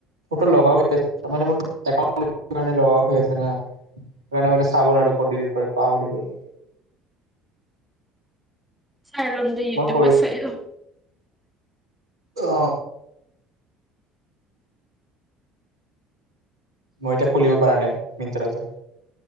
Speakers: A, on the right; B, in the centre.
A: ফটো লগাওঁট মানে মোৰ একাউণ্টখন লগআউট হৈ আছে না। সেইকাৰণে চাব নোৱাৰো ক'ত ডিলিট কৰে পাহৰি গলো।
B: চাইলম দে ইউটিউবট
A: মই কৰি
B: চাই লম।
A: অ মই এতিয়া খুলিব পৰা নাই। মন্ত্ৰাটো।